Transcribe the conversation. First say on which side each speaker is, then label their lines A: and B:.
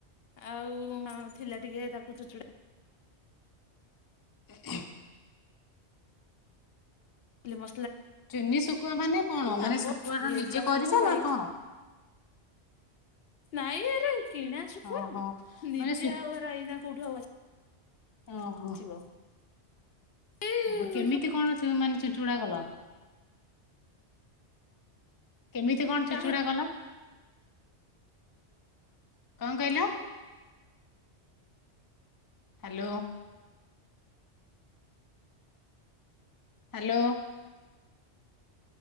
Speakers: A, on the left (about 65°); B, on the left (about 35°).
A: ଆଉ ଥିଲା ଟିକେ ତାକୁ ଚୁଚୁଡା।
B: ଖାଲି
A: ମ
B: ଚୁନି ଶୁଖୁଆ ମାନେ କଣ ମାନେ
A: ଆମ୍ବ
B: ଶୁଖୁଆଟା
A: ପୁଡି ହେଇଥିଲା
B: ନିଜେ କରିଛ
A: ସବୁ ଭାଇ
B: ନା କଣ?
A: ନାଇ ଆରେ କିଣା ଶୁଖୁଆ
B: ଓହୋ
A: ନିଜେ
B: ମାନେ
A: ଆଉ ଏରା ଏଇନା କୋଉଠୁ ଆଉ
B: ଓ ହୋ।
A: ଆସିବ ଏଇ
B: ଓହଃ କେମିତି କଣ ମାନେ ଚୁଚୁଡା କଲ। କେମିତି କଣ
A: ଯୋଉ
B: ଚୁଚୁଡା କଲ? କଣ କଇଲ? ହାଲୋ। ହାଲୋ।